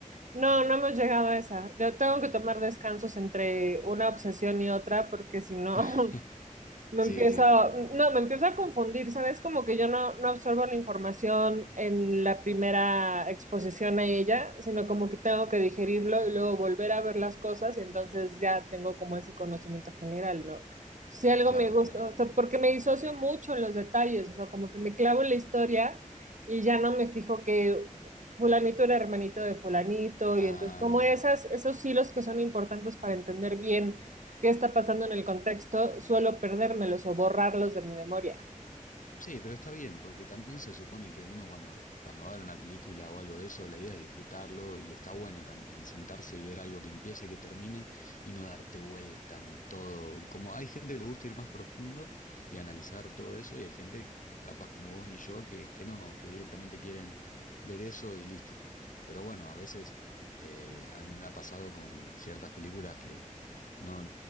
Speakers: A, on the right (about 65°); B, on the left (about 70°).
A: No, no hemos llegado a esa. Yo tengo que tomar descansos entre una obsesión y otra porque si no,
B: <laughs>
A: <laughs> Me
B: Sí,
A: empieza,
B: sí,
A: no, me empieza a confundir, ¿sabes? Como que yo no, no absorbo la información en la primera exposición a ella, sino como que tengo que digerirlo y luego volver a ver las cosas y entonces ya tengo como ese conocimiento general, ¿no? Si algo
B: claro,
A: me gusta,
B: claro.
A: o sea, porque me disocio mucho en los detalles, o sea, como que me clavo en la historia y ya no me fijo que fulanito era hermanito de fulanito
B: Ah,
A: y entonces como esas, esos hilos que son importantes para entender bien qué está pasando en el contexto, suelo perdérmelos o borrarlos de mi memoria.
B: Sí, pero está bien, porque también se supone que uno cuando, cuando va a ver una película o algo de eso, la idea es disfrutarlo y está bueno también sentarse y ver algo que empiece y que termine y no darte vuelta en todo. Como hay gente que le gusta ir más profundo y analizar todo eso y hay gente capaz como vos y yo que, que no, que directamente quieren ver eso y listo. Pero bueno, a veces eh, a mí me ha pasado con ciertas películas que no,